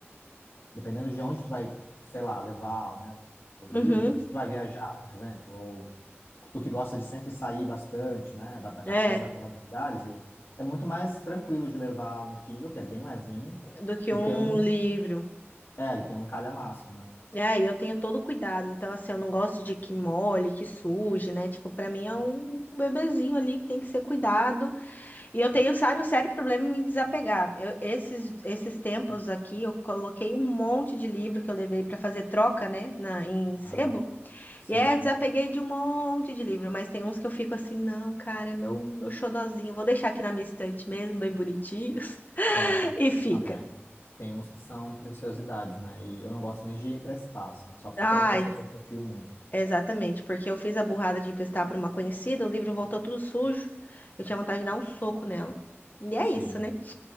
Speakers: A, on the left; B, on the left.
A: dependendo de onde tu vai, sei lá, levar, né, o livro,
B: Uhum.
A: se tu vai viajar, por exemplo, ou tu que gosta de sempre sair bastante, né, vai para café,
B: É,
A: vai para vários lugares, e é muito mais tranquilo de levar um Kindle, que é bem levinho,
B: do que
A: do
B: um
A: que um
B: livro.
A: é, ele tem um calhamaço, né?
B: É, e eu tenho todo o cuidado. Então, assim, eu não gosto de que molhe, que suje, né? Tipo, pra mim é um bebezinho ali que tem que ser cuidado. E eu tenho, sabe, um sério problema em me desapegar. Eu, esses, esses tempos aqui, eu coloquei um monte de livro que eu levei pra fazer troca, né? Na, em sebo.
A: Aham, Sim,
B: E aí eu desapeguei de um monte de livro. Mas tem uns que eu fico assim, não, cara, é meu, meu xodozinho. Vou deixar aqui na minha estante mesmo, bem bonitinhos. <laughs>
A: sim.
B: E fica.
A: Não, tem, a- tem uns que são preciosidades, né? E eu não gosto nem de emprestar, assim, só
B: Ai,
A: se for uma pessoa que eu confio muito.
B: Exatamente, porque eu fiz a burrada de emprestar para uma conhecida, o livro voltou tudo sujo. Eu tinha vontade de dar um soco nela. E é
A: Sim,
B: isso, né?